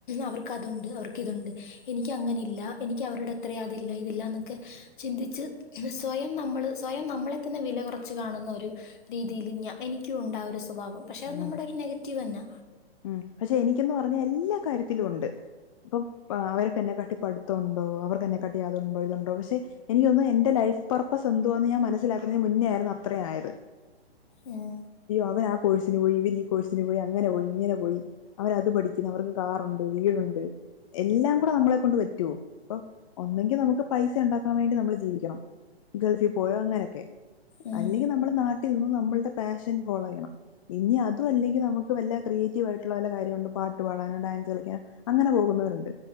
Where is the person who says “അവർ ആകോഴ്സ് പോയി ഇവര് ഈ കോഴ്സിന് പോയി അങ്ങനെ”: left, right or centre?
Left